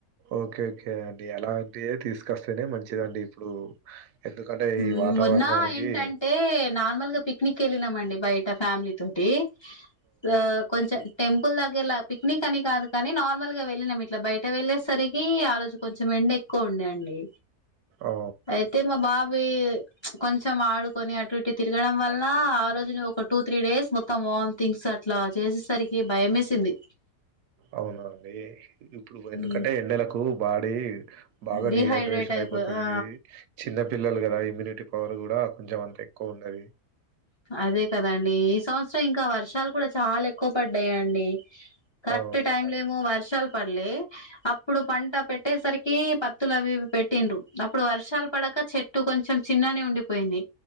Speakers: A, on the right; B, on the left.
A: ఓకేకే అండి అలాంటివే తీసుకొస్తేనే మంచిదండి ఇప్పుడు ఎందుకంటే
B: మ్మ్
A: ఈ వాతావరణానికి
B: మొన్న ఏంటంటే నార్మల్ గా పిక్నిక్ కి వెళ్ళినాంమండి బయట ఫ్యామిలీ తోటి ఆ కొంచెం టెంపుల్ దగ్గరలా పిక్నిక్ అని కాదు కానీ నార్మల్ గా వెళ్ళినాం ఇట్లా బయట వెళ్ళేసరికి ఆ రోజు కొంచెం ఎండ ఎక్కువ ఉంది అండీ
A: ఆ
B: అయితే మా బాబ్ కొంచం ఆడుకొని అ అటు ఇటు తిరగడం వల్ల ఆ రోజు ఒక టూ త్రీ డేస్ మొత్తం వామ్తింగ్స్ అట్లా చేసేసరికి భయమేసింది
A: అవునా అండి ఇప్పుడు ఎందుకంటే
B: మ్మ్
A: ఎండలకు బాడీ బాగా
B: డిహైడ్రేట్
A: డిహైడ్రేషన్
B: అయిపో
A: అయిపోతది
B: ఆ
A: చిన్న పిల్లలు కదా ఇమ్యూనిటీ పవర్ కూడా కొంచెం అంత ఎక్కువ ఉండదు
B: అదే కదండి ఈ సంవత్సరం ఇంకా వర్షాలు కూడా చాలా ఎక్కువ పడ్డాయండి కరెక్ట్
A: ఆ
B: టైమ్ లే ఏమో వర్షాలు పల్లే అప్పుడు పంట పెట్టేసరికి పత్తులు అవి పెట్టిండ్రు అప్పుడు వర్షాలు పడక చెట్టు కొంచెం చిన్ననే ఉండిపోయింది